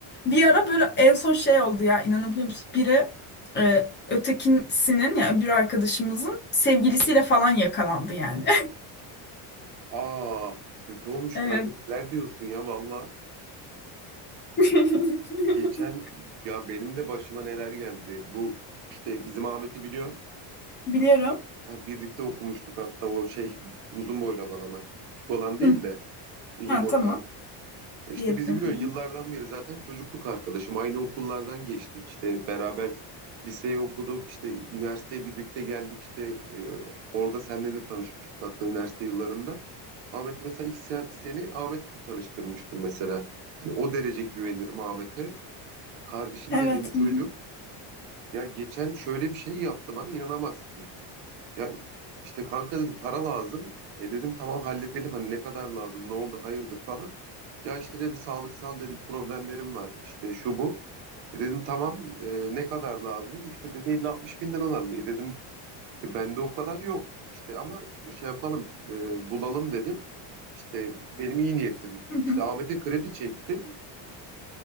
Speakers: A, on the left (about 25°); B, on the right (about 80°).
A: bir ara böyle en son şey oldu ya inanabiliyor musun? Biri e, ötekisinin ya öbür arkadaşımızın sevgilisiyle falan yakalandı yani. <laughs>
B: Aa, kötü olmuş
A: Evet.
B: kanka. Neler diyorsun ya valla.
A: <laughs>
B: Geçen ya benim de başıma neler geldi. Bu işte bizim Ahmet'i biliyorsun.
A: Biliyorum.
B: Ha, birlikte okumuştuk hatta o şey uzun boylu olan ama. Küçük olan değil
A: Hı.
B: de uzun
A: Ha
B: boylu
A: tamam.
B: E İşte
A: Diyelim.
B: bizi biliyorsun
A: Hı
B: yıllardan
A: hı.
B: beri zaten çocukluk arkadaşım. Aynı okullardan geçtik işte beraber liseyi okuduk işte üniversiteye birlikte geldik işte e, orada senle de tanışmıştık hatta üniversite yıllarında. Ahmet'i mesela ilk sen, seni Ahmet'le tanıştırmıştım mesela. Hani o derece güvenirim Ahmet'e. Kardeşim
A: Evet.
B: dediğim çocuk
A: Hı hı.
B: ya geçen şöyle bir şey yaptı bana inanamazsın. Ya işte kanka dedi para lazım. E dedim tamam halledelim hani ne kadar lazım ne oldu hayırdır falan. Ya işte dedi sağlıksal dedi problemlerim var işte şu bu. E dedim tamam e, ne kadar lazım? İşte dedi 50-60 bin lira lazım. E dedim e, bende o kadar yok. İşte ama şey yapalım e, bulalım dedim. İşte benim iyi niyetim.
A: Hı hı.
B: İşte Ahmet'e kredi çektim.